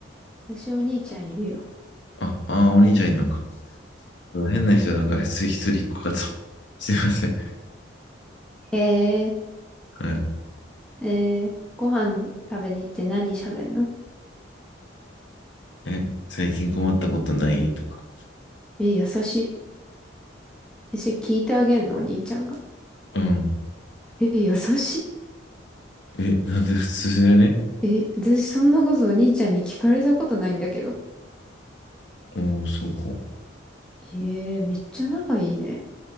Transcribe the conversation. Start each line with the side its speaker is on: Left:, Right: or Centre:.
Centre: 私お兄ちゃんいるよ。
Left: あ、ああ、お兄ちゃんいるのか。変な人だから、つい一人っ子かと。<laughs> すいません。
Centre: え
Left: はい。
Centre: ー、えー、ご飯食べに行って何喋んの
Left: え、最近困ったことないとか。
Centre: え、優しい。え、それ聞いてあげんのお兄ちゃんが。
Left: うん。
Centre: え、優し
Left: え、なんで普通じゃね
Centre: い。え、私そんなことお兄ちゃんに聞かれたことないんだけど。
Left: おー、そうか。
Centre: えー、めっちゃ仲いいね。